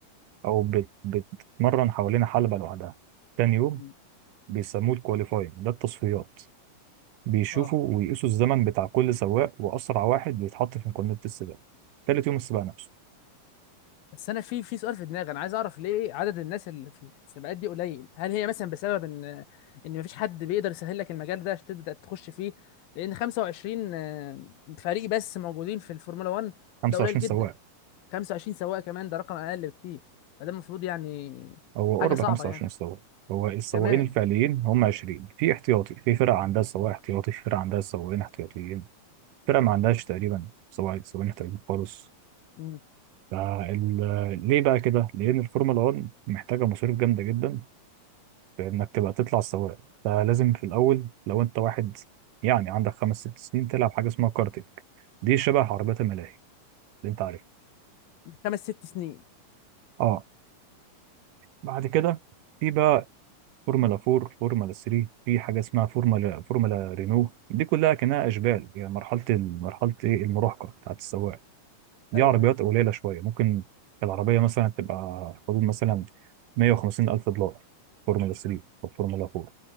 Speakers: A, on the right (about 70°); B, on the left (about 80°).
A: او بت- بتتمرن حوالين حلبه لوحدها تاني يوم
B: مم.
A: بيسموه الكواليفاينج ده التصفيات بيشوفوا
B: اه
A: ويقيسوا الزمن بتاع كل سواق وأسرع واحد بيتحط في مقارنة السباق تالت يوم السباق نفسه
B: بس انا في في سؤال في دماغي انا عايز اعرف ليه عدد الناس اللي في السباقات دي قليل هل هي مثلا بسبب ان ان مفيش حد بيقدر يسهل لك المجال ده عشان تبدا تخش فيه لان 25 آه، فريق بس موجودين في الفورمولا 1
A: 25
B: ده قليل جدا
A: سواق
B: 25 سواق كمان ده رقم اقل بكتير فده المفروض يعني
A: هو
B: حاجه
A: قرب
B: صعبه
A: 25
B: يعني
A: سواق هو السواقين
B: كمان
A: الفعليين هم 20 في احتياطي في فرق عندها سواق احتياطي في فرق عندها سواقين احتياطيين فرق ما عندهاش تقريبا سواق سواقين احتياطيين خالص
B: مم.
A: فال... ليه بقى كده؟ لأن الفورمولا 1 محتاجة مصاريف جامدة جدا في إنك تبقى تطلع سواق فلازم في الأول لو أنت واحد يعني عندك خمس ست سنين تلعب حاجة اسمها كارتينج دي شبه عربيات
B: آه.
A: الملاهي اللي انت عارفه
B: خمس ست سنين
A: اه بعد كده في بقى فورمولا 4 فورمولا 3 في حاجه اسمها فورمولا فورمولا رينو دي كلها كانها اشبال يعني مرحله ال- مرحله ايه المراهقه بتاعت السواق دي
B: ايوه
A: عربيات
B: ايوه
A: قليله شويه ممكن العربيه مثلا تبقى حدود مثلا 150 الف دولار فورمولا 3 او فورمولا 4